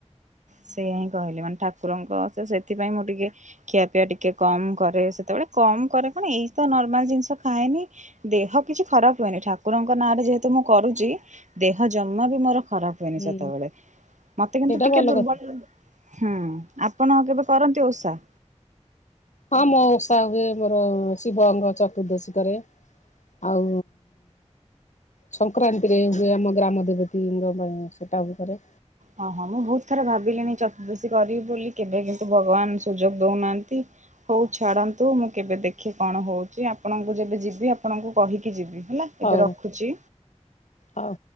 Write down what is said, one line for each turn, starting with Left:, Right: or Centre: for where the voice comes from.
Right: ସେଇଆ ହିଁ କହିଲେ ମାନେ ଠାକୁରଙ୍କ ସେ ସେଥିପାଇଁ ମୁଁ ଟିକେ ଖିଆ ପିଇବା ଟିକେ କମ୍ କରେ ସେତେବେଳେ କମ୍ କରେ କଣ ଏଇ ତ ନର୍ମାଲ ଜିନିଷ ଖାଏନି। ଦେହ କିଛି ଖରାପ ହୁଏନି ଠାକୁରଙ୍କ ନାଁରେ ଯେହେତୁ ମୁଁ କରୁଛି ଦେହ ଜମା ବି ମୋର ଖରାପ ହୁଏନି
Left: ହୁଁ
Right: ସେତେବେଳେ ମତେ କିନ୍ତୁ
Left: ସେଇଟା
Right: ଟିକେ
Left: ଭଲ
Right: ଦୁର୍ବଳ
Left: କଥା।
Right: ହୁଁ ଆପଣ କେବେ କରନ୍ତି ଓଷା?
Left: ହଁ ମୋ ଓଷା ହୁଏ ମୋର ଶିବଙ୍କ ଚତୁର୍ଦ୍ଦଶୀ କରେ। ଆଉ ସଂକ୍ରାନ୍ତିରେ ହୁଏ ଆମ ଗ୍ରାମ ଦେବତୀ ଙ୍କ ପାଇଁ ସେଟା ବି କରେ।
Right: ହଁ ହଁ ମୁଁ ବହୁତ ଥର ଭାବିଲିଣିି ଚତୁର୍ଦ୍ଶୀ କରିବି ବୋଲି କେବେ କିନ୍ତୁ ଭଗବାନ ସୁଯୋଗ ଦଉନାହାନ୍ତି। ହଉ ଛାଡ଼ନ୍ତୁ ମୁଁ କେବେ ଦେଖି କଣ ହଉଛି ଆପଣଙ୍କୁ ଯେବେ ଯିବି ଆପଣଙ୍କୁ କହିକି ଯିବି ହେଲା। ଏବେ
Left: ହଉ
Right: ରଖୁଛି।
Left: ହଉ।